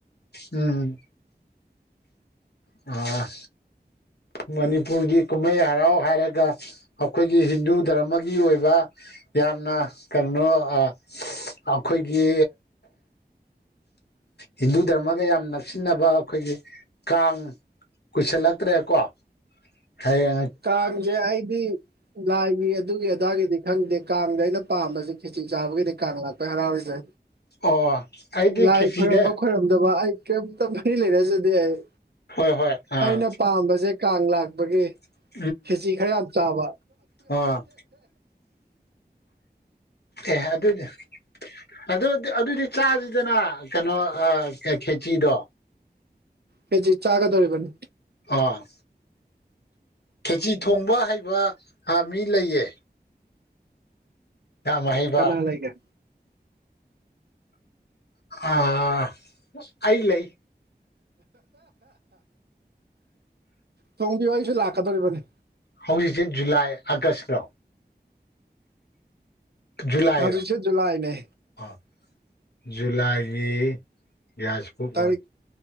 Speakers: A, on the left; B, on the right.
A: ꯎꯝ ꯑ ꯃꯅꯤꯄꯨꯔꯒꯤ ꯀꯨꯝꯍꯩ ꯍꯔꯥꯎ ꯍꯥꯏꯔꯒ ꯑꯩꯈꯣꯏꯒꯤ ꯍꯤꯟꯗꯨ ꯗꯔꯃꯒꯤ ꯑꯣꯏꯕ ꯌꯥꯝꯅ ꯀꯩꯅꯣ ꯑꯩꯈꯣꯏꯒꯤ ꯍꯤꯟꯗꯨ ꯗꯔꯃꯒ ꯌꯥꯝ ꯅꯛꯁꯤꯟꯅꯕ ꯑꯩꯈꯣꯏꯒꯤ ꯀꯥꯡ ꯀꯨꯏꯁꯤꯜꯂꯛꯇ꯭ꯔꯦꯀꯣ ꯍꯥꯏꯌꯦ
B: ꯀꯖꯦ ꯍꯥꯏꯗꯤ ꯂꯥꯏꯒꯤ ꯑꯗꯨꯒꯤ ꯑꯗꯥꯒꯤꯗꯤ ꯈꯪꯗꯦ ꯀꯥꯡꯗ ꯑꯩꯅ ꯄꯥꯝꯕꯁꯦ ꯈꯦꯆꯤ ꯆꯥꯕꯒꯤꯗꯤ ꯀꯥꯡ ꯂꯥꯛꯄꯩ ꯍꯔꯥꯎꯔꯤꯁꯦ
A: ꯑꯣ ꯑꯩꯗꯤ
B: ꯂꯥꯏ
A: ꯈꯦꯇꯗꯦ
B: ꯈꯣꯏꯔꯝꯕ ꯈꯣꯏꯔꯝꯗꯕ ꯑꯩ ꯀꯔꯤꯝꯇ ꯃꯔꯤ ꯂꯩꯔꯖꯗꯤꯦ ꯑꯩ
A: ꯍꯣꯏ ꯍꯣꯏ ꯑꯥ
B: ꯑꯩꯅ ꯄꯥꯝꯕꯁꯦ ꯀꯥꯡ ꯂꯥꯛꯄꯒꯤ
A: <unintelligible>
B: ꯈꯦꯆꯤ ꯈꯔ ꯌꯥꯝ ꯆꯥꯕ
A: ꯑꯣ ꯑꯦ ꯑꯗꯨꯅꯦ ꯑꯗꯨꯗꯤ ꯑꯗꯨꯗꯤ ꯆꯥꯁꯤ ꯐꯗꯅ ꯀꯩꯅꯣ ꯈꯦꯆꯤꯗꯣ
B: ꯀꯖꯤ ꯆꯥꯒ ꯇꯧꯔꯤꯕꯅꯤ
A: ꯑꯥ ꯈꯦꯆꯤ ꯊꯣꯡꯕ ꯍꯩꯕ ꯃꯤ ꯂꯩꯌꯦ ꯌꯥꯝ ꯍꯩꯕ
B: ꯀꯅꯥ ꯂꯩꯒꯦ
A: ꯑ ꯑ ꯂꯩ
B: ꯊꯣꯡꯕꯤꯌꯨ ꯑꯩꯁꯨ ꯂꯥꯛꯀꯗꯧꯔꯤꯕꯅꯤ
A: ꯍꯧꯖꯤꯛꯁꯦ ꯖꯨꯂꯥꯏ ꯑꯥꯒꯁꯇꯣ ꯖꯨꯂꯥꯏꯔ
B: ꯍꯧꯖꯤꯛꯁꯦ ꯖꯨꯂꯥꯏꯅꯦ
A: ꯑ ꯖꯨꯂꯥꯏꯒꯤ ꯑꯣ
B: ꯇꯥꯔꯤꯛ